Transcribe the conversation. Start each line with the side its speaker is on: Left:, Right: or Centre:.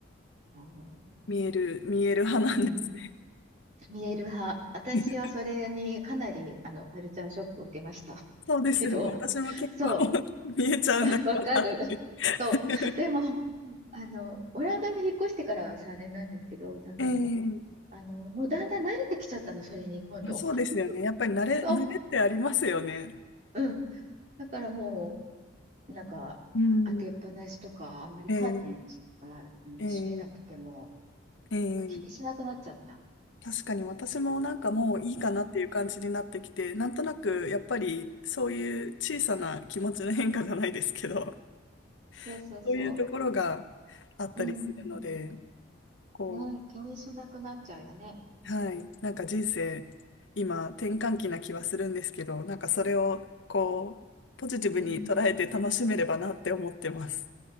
Right: あの、
Left: 見える、見える派なんですね。
Right: うん、見える派。私はそれにかなり、
Left: <laughs>
Right: あの、カルチャーショックを受けました。
Left: そうですよね。
Right: <laughs> けど、
Left: 私も結構
Right: そ
Left: <laughs> 見えちゃうんだけどなっ
Right: う、わかる。そう。
Left: て。
Right: でも、あの、オランダに引っ越してからは3年なんですけど、なんかね、
Left: <laughs> ええ、
Right: あの、もうだんだん慣れてきちゃったの、それに今度。
Left: あそうですよね。
Right: <laughs>
Left: やっぱり慣れ、慣れってありますよね。
Right: そううん。だからもう、なんか、
Left: うん。
Right: 開けっぱなしとか、あんまりカーテンが、
Left: ええ、
Right: うん、
Left: ええ、
Right: 閉めなくても、
Left: ええ。
Right: なんか気にしなくなっちゃった。
Left: 確かに私もなんかもういいかなっていう感じになってきて、
Right: うん。
Left: なんとなくやっぱりそういう小さな気持ちの変化じゃないですけど、
Right: そうそうそ
Left: <laughs> そういうところがあったりするので、
Right: う。うん。
Left: こ
Right: ね、気にしなくなっちゃうよね。
Left: う、はい、なんか人生、今転換期な気はするんですけど、なんかそれをこう、ポジティブに捉えて楽しめればなって思ってます。
Right: うん。